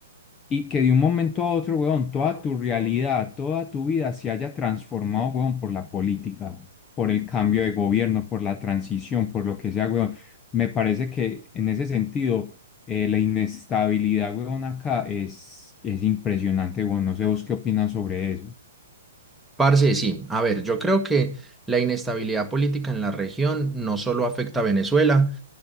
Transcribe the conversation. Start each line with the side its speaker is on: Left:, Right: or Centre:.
Left: y que de un momento a otro, weón, toda tu realidad, toda tu vida se haya transformado, weón, por la política, por el cambio de gobierno, por la transición, por lo que sea, weón. Me parece que en ese sentido, eh, la inestabilidad, weón, acá es, es impresionante, weón. No sé vos qué opinas sobre eso.
Centre: Parce, sí. A ver, yo creo que la inestabilidad política en la región no solo afecta a Venezuela,